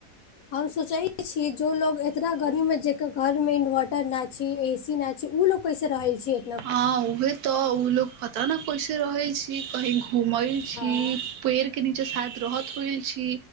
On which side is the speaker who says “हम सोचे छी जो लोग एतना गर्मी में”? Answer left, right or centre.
Left